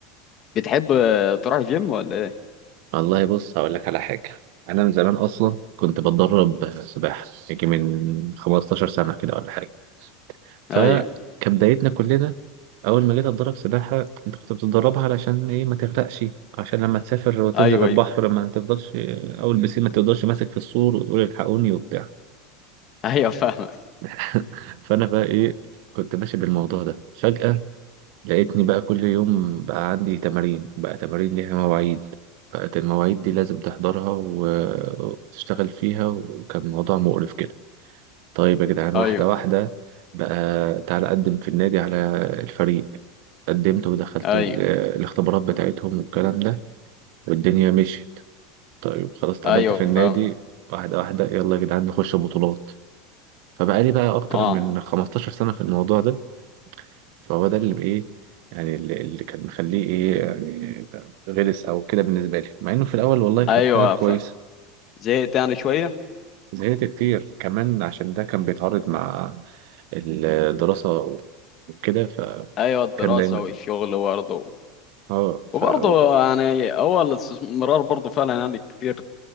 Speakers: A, on the left; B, on the right.
A: بتحب آه، تروح جيم ولا ايه؟
B: والله بص هقول لك على حاجه انا من زمان اصلا كنت بتدرب سباحه يجي من 15 سنه كده ولا حاجه فكبدايتنا
A: ايوه
B: كلنا أول ما جيت أتدرب سباحة أنت كنت بتتدربها علشان إيه ما تغرقش عشان لما تسافر وتنزل
A: ايوه
B: البحر
A: ايوه
B: ما تفضلش أول بسين ما تفضلش ماسك في السور وتقول الحقوني وبتاع
A: <laughs> ايوه فاهمك
B: <laughs> فأنا بقى إيه كنت ماشي بالموضوع ده فجأة لقيتني بقى كل يوم بقى عندي تمارين بقى تمارين ليها مواعيد بقت المواعيد دي لازم تحضرها و- وتشتغل فيها وكان موضوع مقرف كده طيب يا جدعان واحدة
A: ايوه
B: واحدة بقى تعالى أقدم في النادي على الفريق قدمت ودخلت
A: ايوه
B: ال- الاختبارات بتاعتهم والكلام ده والدنيا مشيت طيب خلاص اتقبلت
A: ايوه
B: في النادي
A: فاهمك
B: واحدة واحدة يلا يا جدعان نخش بطولات فبقالي بقى أكتر
A: اه
B: من 15 سنة في الموضوع ده فهو ده اللي إيه يعني اللي اللي كان مخليه إيه يعني غلس أو كده بالنسبة لي مع إنه في الأول والله كان
A: ايوه
B: حاجة كويسة
A: فاهم زهقت يعني شوية
B: زهقت كتير كمان عشان ده كان بيتعارض مع الدراسة وكده فكان
A: ايوه الدراسة
B: دايما
A: والشغل برضه
B: اه ف
A: وبرضه
B: اه
A: يعني هو الاستثمار برضه فعلا يعني كتير